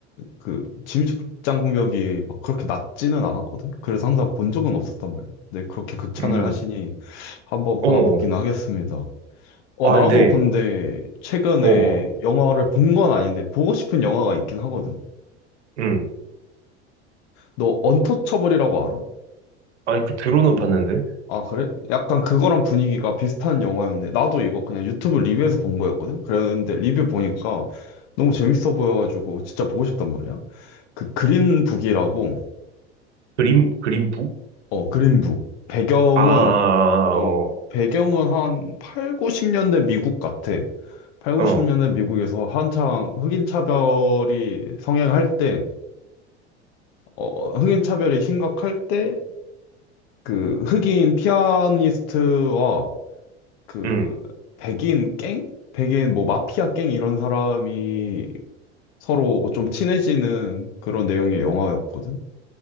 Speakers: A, on the left; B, on the right.
A: 그 진입장벽이 막 그렇게 낮지는 않았거든? 그래서 항상 본 적은 없었단 말이야. 근데 그렇게 극찬을
B: 음,
A: 하시니 한번
B: 어.
A: 봐보긴 하겠습니다. 어,
B: 아,
A: 나도
B: 근데,
A: 근데 최근에
B: 어, 어,
A: 영화를 본 건 아닌데 보고 싶은 영화가 있긴 하거든?
B: 음.
A: 너 언터처블이라고 알아?
B: 아니, 그 드론은 봤는데?
A: 아, 그래? 약간 그거랑 분위기가 비슷한 영화였네. 나도 이거 그냥 유튜브 리뷰에서 본 거였거든? 그랬는데 리뷰 보니까 너무 재밌어 보여가지고 진짜 보고 싶단 말이야? 그 그린북이라고,
B: 그림, 그림북?
A: 어, 그린북. 배경은,
B: 아, 아, 아,
A: 어,
B: 아, 어,
A: 배경은 한 8, 90년대 미국 같아. 8, 90년대
B: 어,
A: 미국에서 한창 흑인 차별이 성행할 때, 어, 흑인 차별이 심각할 때, 그 흑인 피아니스트와 그
B: 음,
A: 백인 갱? 백인 뭐 마피아 갱 이런 사람이 서로 좀 친해지는 그런 내용의 영화였거든.